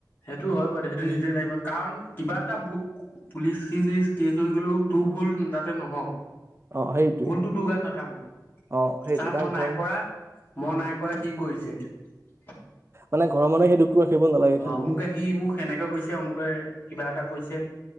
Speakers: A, on the left; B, on the right.
A: সেইটো হয় বাৰু সেইটো নিজে লাগিব কাৰণ কিবা এটা। পুলিচি কেচ হৈ গ'লও তোৰ ভুল তাতে নহওক।
B: অ সেইটোৱে
A: ভুলতো তোৰ গাত নাথাকো
B: অ সেইটোৱে
A: ছাৰ
B: কাৰণ
A: মই
B: ঘৰৰ
A: নাই
B: মানুহ
A: কৰা। মনাই কৰায় সি কৰিছে।
B: মানে ঘৰ মানুহ সেই দুখটো। ৰাখিব নালাগে
A: অঁ
B: খালি
A: মোক সি মোক সেনেকে কৈছে অমুকে কিবা এটা। কৈছে।